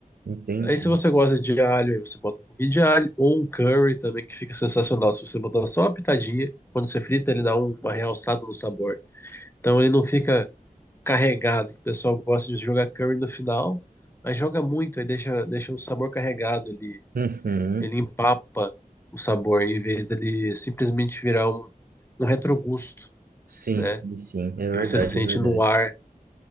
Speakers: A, on the right; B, on the left.
A: Entendi.
B: Aí se você gosta de alho, aí você bota um pouquinho de alho, ou um curry também, que fica sensacional. Se você botar só uma pitadinha, quando você frita, ele dá um- uma realçada no sabor. Então ele não fica carregado, que o pessoal gosta de jogar curry no final, mas joga muito, aí deixa, deixa o sabor carregado, ele,
A: Uhum.
B: ele empapa o sabor, em vez dele simplesmente virar um, um retrogusto,
A: Sim,
B: né?
A: sim, sim. É
B: Que
A: verdade,
B: você sente
A: é verdade.
B: no ar